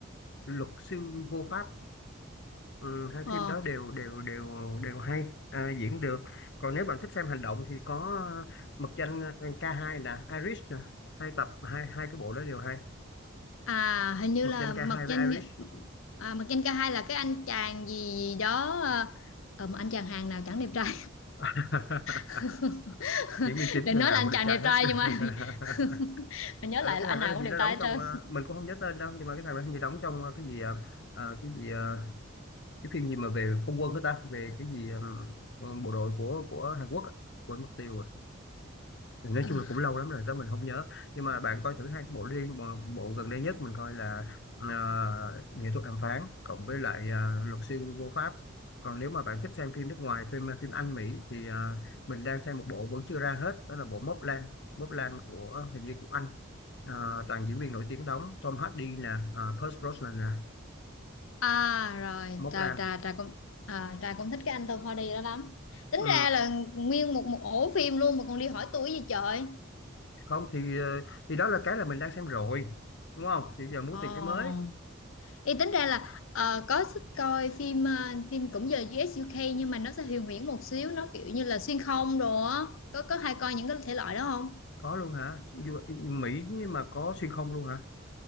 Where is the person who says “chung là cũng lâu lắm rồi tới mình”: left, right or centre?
Left